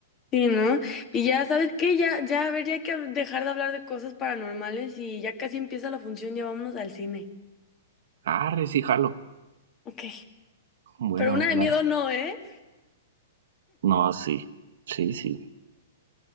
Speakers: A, on the left; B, on the right.
A: Sí, ¿no? Y ya, ¿sabes qué? Ya, ya, a ver, ya hay que dejar de hablar de cosas paranormales y ya casi empieza la función, ya vámonos al cine.
B: Arre, sí, jalo.
A: Ok.
B: Bueno,
A: Pero una de
B: va.
A: miedo no, ¿eh?
B: No, sí, sí, sí.